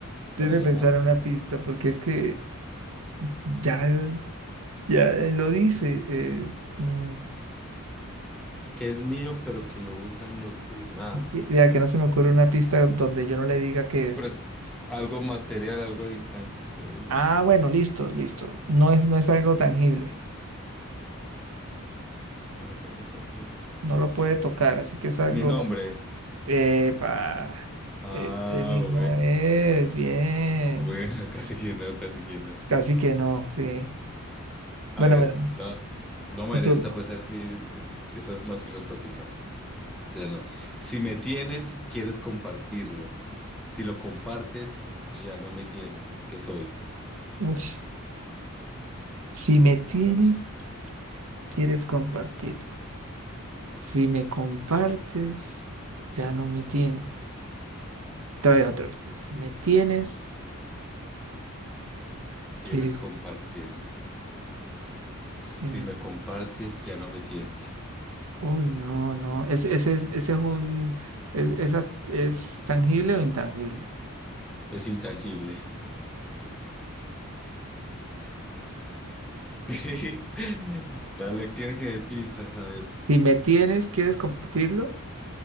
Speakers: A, on the right (about 75°); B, in the centre.
A: déme
B: para llamarme.
A: pensar en una pista, porque es que ya, es- ya eh, lo dice. eh, mm,
B: Que es mío, pero que lo usan los demás.
A: es que- vea, que no se me ocurre una pista donde yo no le diga qué es.
B: Pero es algo material, algo intangible, ¿verdad?
A: Ah, bueno, listo, listo. No es, no es algo tangible.
B: No es algo tangible.
A: No lo puede tocar, así que es algo
B: Mi nombre.
A: Epa,
B: Ah,
A: este mismo
B: bueno.
A: es, bien.
B: Bueno, <laughs> casi que no, casi que no.
A: Casi que no, sí.
B: A
A: Bueno,
B: ver,
A: bueno,
B: da, no, Mayra,
A: mi turno.
B: esta pues a ver si, si esta es más filosófica. Ya no. Si me tienes, quieres compartirlo. Si lo compartes, ya no me tienes. ¿Qué soy?
A: Uf, Si me tienes, quieres compartirlo. Si me compartes, ya no me tienes. Trae otra vez. Si me tienes,
B: Quieres
A: quieres.
B: compartirlo.
A: Si
B: Si
A: me.
B: me compartes, ya no me tienes.
A: Uy, no, no. Es- Ese es, ese es un. Es, esa- ¿es tangible o intangible?
B: Es intangible. <laughs> Dale, quiere que dé pistas, a ver.
A: Si me tienes, quieres compartirlo.